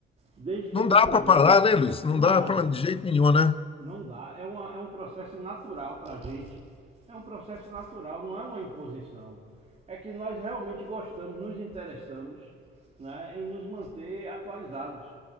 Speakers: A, on the right; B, on the left.
A: Desde que
B: Não
A: eu me
B: dá
A: formei,
B: para parar, né, Luiz? Não
A: não
B: dá
A: dá
B: para
A: não,
B: de jeito nenhum, né?
A: não dá. É, uma, é um processo natural para a gente. É um processo natural, não é uma imposição. É que nós realmente gostamos, nos interessamos, né, em nos manter atualizados.